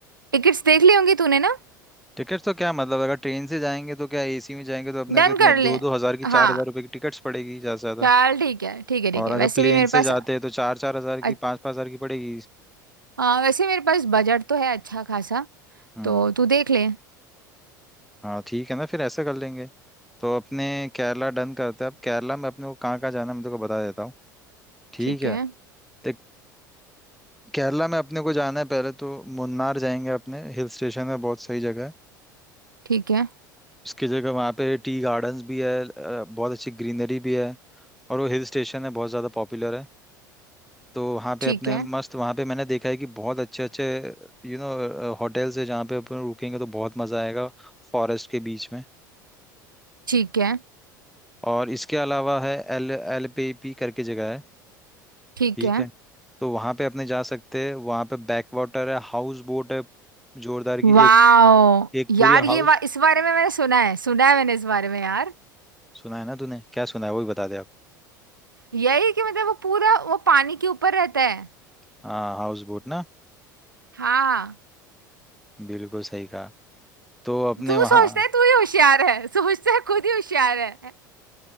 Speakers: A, on the right; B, in the centre.
A: टिकट्स देख ली होंगी तूने ना
B: टिकट्स तो क्या मतलब अगर ट्रेन से जाएंगे तो क्या एसी में जाएंगे तो अपने
A: डन
B: को इतने
A: कर
B: दो
A: ले
B: दो हजार की चार
A: हाँ
B: हजार रुपए की टिकट्स पड़ेगी ज्यादा से ज्यादा
A: चल ठीक है ठीक है ठीक
B: और
A: है
B: अगर
A: वैसे
B: प्लेन
A: भी मेरे
B: से
A: पास
B: जाते हैं तो चार चार
A: अ-
B: हजार की पाँच पाँच हजार की पड़ेगी
A: हाँ वैसे मेरे पास बजट तो है अच्छा खासा
B: हम्म
A: तो तू देख ले
B: हाँ ठीक है ना फिर ऐसा कर लेंगे तो अपने केरला डन करते हैं अब केरला में अपने को कहाँ कहाँ जाना है मैं तेरे को बता देता हूँ ठीक
A: ठीक
B: है
A: है
B: तो केरला में अपने को जाना है पहले तो मुन्नार जाएंगे अपने हिल स्टेशन है बहुत सही जगह है
A: ठीक है
B: उसकी जगह वहाँ पे टी गार्डन्स भी है अ, बहुत अच्छी ग्रीनरी भी है और वो हिल स्टेशन है बहुत ज़्यादा पॉपुलर है तो वहाँ पे
A: ठीक
B: अपने
A: है
B: मस्त वहाँ पे मैंने देखा है कि बहुत अच्छे अच्छे यू नो होटल्स है जहाँ पे अपन रुकेंगे तो बहुत मज़ा आएगा फॉरेस्ट के बीच में
A: ठीक है
B: और इसके अलावा है एल एल पे पी करके जगह है
A: ठीक
B: ठीक
A: है
B: है तो वहाँ पे अपने जा सकते हैं वहाँ पे बैक वाटर है हाउस बोट है जोरदार की
A: वाओ
B: एक एक
A: यार
B: पूरी
A: ये
B: हाउस
A: वा, इस बारे में मैंने सुना है सुना है मैंने इस बारे में यार
B: सुना है ना तूने क्या सुना है वही बता दे आप
A: यही कि मतलब वो पूरा वो पानी के ऊपर रहता है
B: हाँ हाउस बोट ना
A: हाँ
B: बिल्कुल सही कहा तो अपने
A: तू सोचता
B: वहाँ
A: है तू ही होशियार है सोचता है खुद ही होशियार है